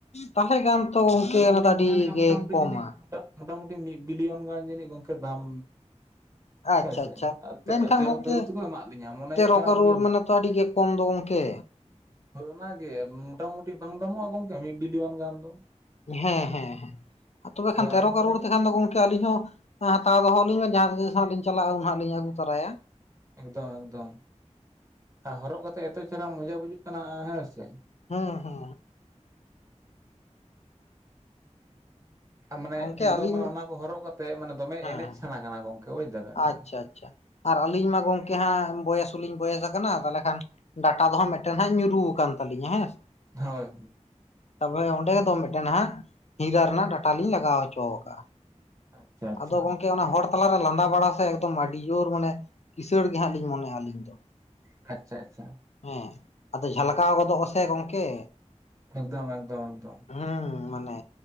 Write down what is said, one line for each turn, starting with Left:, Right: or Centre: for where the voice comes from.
Left: ᱛᱟᱦᱚᱞᱮ ᱜᱟᱱ ᱛᱚ ᱜᱚᱝᱠᱮ
Right: ᱟᱹᱞᱤᱧ
Left: ᱚᱱᱟ
Right: ᱫᱚᱞᱤᱧ
Left: ᱫᱚ ᱟᱹᱰᱤ
Right: ᱢᱚᱱᱮ ᱞᱮᱜᱟ
Left: ᱜᱮ
Right: ᱢᱚᱴᱟᱢᱩᱴᱤ
Left: ᱠᱚᱢᱟ
Right: ᱡᱟᱹᱱᱤᱡ ᱢᱚᱴᱟ ᱢᱚᱴᱟᱢᱩᱴᱤ ᱢᱤᱫ ᱵᱤᱞᱤᱭᱚᱱ ᱜᱟᱱ ᱡᱟᱱᱤᱡ ᱜᱚᱢᱠᱮ ᱫᱟᱢ,
Left: ᱟᱪᱪᱷᱟ
Right: ᱦᱳᱭᱥᱮ
Left: ᱟᱪᱪᱷᱟ ᱢᱮᱱᱠᱷᱟᱱ
Right: ᱛᱮᱨᱚ
Left: ᱜᱚᱝᱠᱮ
Right: ᱠᱟᱹᱨᱩ ᱛᱮᱠᱚ ᱮᱢᱟᱜ ᱞᱤᱧᱟᱹ ᱢᱚᱱᱮ
Left: ᱛᱮᱨᱚ
Right: ᱦᱩᱭᱩᱜ ᱠᱟᱱᱟ
Left: ᱠᱟᱨᱳᱲ
Right: ᱩᱱᱤ
Left: ᱢᱟᱱᱮ ᱛᱚ ᱟᱹᱰᱤ ᱜᱮ ᱠᱚᱢ ᱫᱚ ᱜᱚᱝᱠᱮ,
Right: ᱦᱳᱭ ᱚᱱᱟᱜᱮ, ᱢᱚᱴᱟᱢᱩᱴᱤ ᱵᱟᱝ ᱫᱟᱢᱚᱜᱼᱟ ᱜᱚᱝᱠᱮ ᱢᱤᱫ ᱵᱤᱞᱤᱭᱚᱱ ᱜᱟᱱ ᱫᱚ?
Left: ᱦᱮᱸ ᱦᱮᱸ ᱦᱮᱸ, ᱛᱚᱵᱮ
Right: ᱟᱹᱞᱤᱧ
Left: ᱠᱷᱟᱱ ᱛᱮᱨᱚ ᱠᱟᱨᱳᱲ
Right: ᱫᱚᱞᱤᱧ
Left: ᱛᱮᱠᱷᱟᱱ ᱫᱚ ᱜᱚᱝᱠᱮ, ᱠᱮ ᱟᱹᱞᱤᱧ ᱦᱚᱸ ᱦᱟᱛᱟᱣ ᱫᱚᱦᱚ ᱟᱹᱞᱤᱧ ᱢᱮ ᱡᱟᱦᱟᱸ ᱛᱤᱥ ᱦᱟᱜ ᱞᱤᱧ ᱪᱟᱞᱟᱜᱼᱟ᱾ ᱩᱱ ᱦᱟᱜ ᱞᱤᱧ ᱟᱹᱜᱩ ᱛᱟᱨᱟᱭᱟ᱾
Right: ᱮᱠᱫᱚᱢ ᱮᱠᱫᱚᱢ, ᱟᱨ ᱦᱚᱨᱚᱜ ᱠᱟᱛᱮ ᱮᱛᱚ ᱪᱮᱦᱨᱟ ᱢᱚᱡᱟ ᱵᱩᱡᱩᱜ ᱠᱟᱱᱟ ᱦᱮᱸ ᱥᱮ,
Left: ᱦᱩᱸ ᱦᱩᱸ,
Right: ᱢᱟᱱᱮ
Left: ᱜᱚᱝᱠᱮ
Right: ᱮᱠᱫᱚᱢ
Left: ᱟᱹᱞᱤᱧ
Right: ᱢᱟᱱᱮ ᱚᱱᱟ ᱠᱚ ᱦᱚᱨᱚᱜ ᱠᱟᱛᱮ ᱢᱟᱱᱮ, ᱫᱚᱢᱮ
Left: ᱦᱮᱸ
Right: ᱮᱱᱮᱡ ᱥᱟᱱᱟ ᱠᱟᱱᱟ ᱜᱚᱝᱠᱮ᱾ ᱵᱩᱡ ᱫᱟᱵᱮᱱ
Left: ᱟᱪᱪᱷᱟ
Right: ᱛᱚ
Left: ᱟᱪᱪᱷᱟ, ᱟᱨ ᱟᱹᱞᱤᱧ ᱢᱟ ᱜᱚᱝᱠᱮ ᱦᱟᱸᱜ ᱵᱚᱭᱮᱥ ᱦᱚᱸᱞᱤᱧ ᱵᱚᱭᱮᱥ ᱟᱠᱟᱱᱟ, ᱛᱟᱦᱚᱞᱮ ᱠᱷᱟᱱ ᱰᱟᱴᱟ ᱫᱚ ᱦᱟᱸᱜ ᱢᱮᱫᱴᱮᱱ ᱦᱟᱸᱜ ᱧᱩᱨᱩ ᱠᱟᱱ ᱛᱟᱹᱞᱤᱧᱟ ᱦᱮᱸ ᱥᱮ,
Right: ᱦᱳᱭ,
Left: ᱛᱚᱵᱮ ᱚᱸᱰᱮ ᱫᱚ ᱢᱤᱫᱴᱮᱱ ᱦᱟᱜ, ᱦᱤᱨᱟᱹ ᱨᱮᱱᱟᱜ ᱰᱟᱴᱟ ᱞᱤᱧ ᱞᱟᱜᱟᱣ ᱦᱚᱪᱚ ᱠᱟᱜᱼᱟ᱾
Right: ᱟᱪᱪᱷᱟ ᱟᱪᱪᱷᱟ
Left: ᱟᱫᱚ ᱜᱚᱝᱠᱮ ᱚᱱᱟ ᱦᱚᱲ ᱛᱟᱞᱟᱨᱮ ᱞᱟᱸᱫᱟ ᱵᱟᱲᱟ ᱥᱮ, ᱮᱠᱫᱚᱢ ᱟᱹᱰᱤ ᱡᱳᱨ ᱢᱟᱱᱮ ᱠᱤᱥᱟᱬ ᱜᱮ ᱦᱟᱸᱜ ᱞᱤᱧ ᱢᱚᱱᱮᱜᱼᱟ ᱟᱹᱞᱤᱧ ᱫᱚ᱾
Right: ᱟᱪᱪᱷᱟ, ᱟᱪᱪᱷᱟ
Left: ᱦᱮᱸ, ᱟᱫᱚ ᱡᱷᱟᱞᱠᱟᱣ ᱜᱚᱫᱚᱜ ᱟᱥᱮ ᱜᱚᱝᱠᱮ᱾
Right: ᱮᱠᱫᱚᱢ ᱮᱠᱫᱚᱢ, ᱮᱠᱫᱚᱢ᱾
Left: ᱦᱩᱸ ᱢᱟᱱᱮ,